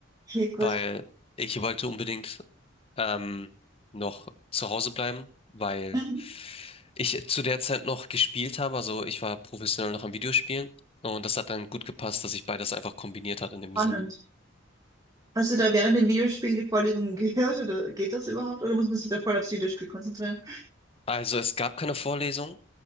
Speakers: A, on the right; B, on the left.
A: Okay, gut.
B: Weil ich wollte unbedingt ähm, noch zu Hause bleiben, weil
A: Mhm.
B: ich zu der Zeit noch gespielt habe. Also ich war professionell noch am Videospielen. Und das hat dann gut gepasst, dass ich beides einfach kombiniert hat in dem
A: Spannend.
B: Sinne.
A: Hast du da während dem Videospiel die Vorlesungen gehört oder geht das überhaupt? Oder muss man sich da voll aufs Videospiel konzentrieren?
B: Also es gab keine Vorlesung.